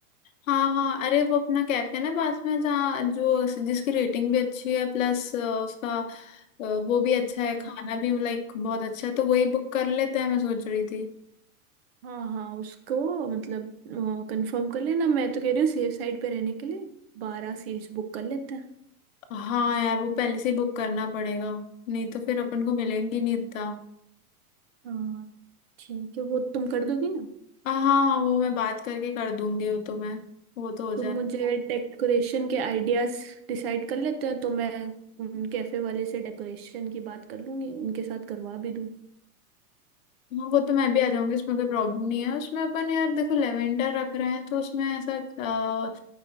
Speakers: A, on the left; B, on the right.
A: हाँ हाँ अरे वो अपना कैफे है ना पास में जहाँ जो जिसकी रेटिंग भी अच्छी है प्लस उसका अ, वो भी अच्छा है
B: मन-
A: खाना भी लाइक बहुत अच्छा है तो वही बुक कर लेते हैं मैं सोच रही थी
B: हाँ हाँ उसको मतलब कंफर्म कर लेना मैं तो कह रही हूँ सेफ साइड पे रहने के लिए बारह सीट्स बुक कर लेते हैं
A: हाँ यार वो पहले से ही बुक करना पड़ेगा नहीं तो फिर अपन को मिलेंगी नहीं इतना
B: हाँ ठीक है वो तुम कर दोगी ना
A: हाँ हाँ हाँ वो मैं बात करके कर दूंगी वो तो मैं वो तो हो जाए
B: तुम मुझे डेकोरेशन के आइडियाज डिसाइड कर लेते हैं तो मैं उन कैफे वाले से डेकोरेशन की बात कर लूंगी उनके साथ करवा भी दूँ
A: हाँ वो तो मैं भी आ जाऊंगी उसमें कोई प्रॉब्लम नहीं है उसमें अपन यार देखो लेवेंडर रख रहे हैं तो उसमें ऐसा अ,